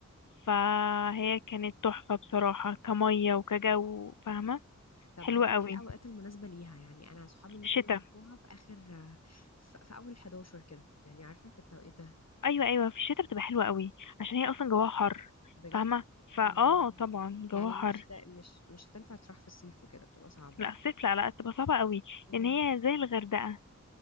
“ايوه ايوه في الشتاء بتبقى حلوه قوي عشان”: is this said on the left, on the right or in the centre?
Left